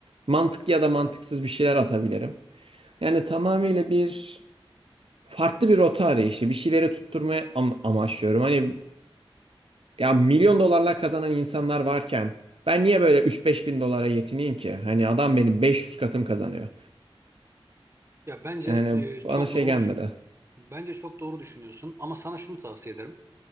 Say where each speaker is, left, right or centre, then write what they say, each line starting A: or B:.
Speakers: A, on the right; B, on the right.
A: mantıklı ya da mantıksız bir şeyler atabilirim. Yani tamamıyla bir farklı bir rota arayışı, bir şeyleri tutturmaya am- amaçlıyorum. Hani ya milyon dolarlar kazanan insanlar varken ben niye böyle üç beş bin dolara yetineyim ki? Hani adam benim 500 katım kazanıyor.
B: Ya bence
A: Yani
B: e, çok
A: bana şey
B: doğru
A: gelmedi.
B: düşün. Bence çok doğru düşünüyorsun ama sana şunu tavsiye ederim.